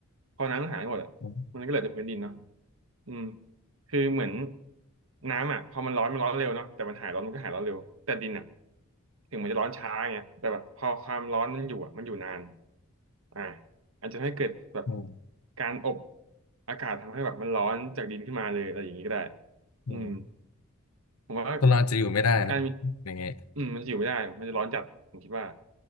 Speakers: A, on the right; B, on the left.
A: พอน้ำมันหายหมดอ่ะมันก็เหลือแต่พื้นดินเนาะ
B: อืม
A: อืม คือเหมือนน้ำอ่ะพอมันร้อนมันร้อนเร็วเนาะแต่มันหายร้อนมันก็หายร้อนเร็วแต่ดินอ่ะถึงมันจะร้อนช้าเงี้ยแต่แบบพอความร้อนมันอยู่อ่ะมันอยู่นานอ่าอาจจะให้เกิดแบบ
B: อืม
A: การอบอากาศทำให้แบบมันร้อนจากดินขึ้นมาเลยอะไรอย่างนี้ก็ได้
B: อืม
A: อืมผมว่า
B: คนเราอาจจะอยู่ไม่ได้นะ
A: การมี
B: อย่างเงี้ย
A: อืมมันจะอยู่ไม่ได้มันจะร้อนจัดผมคิดว่า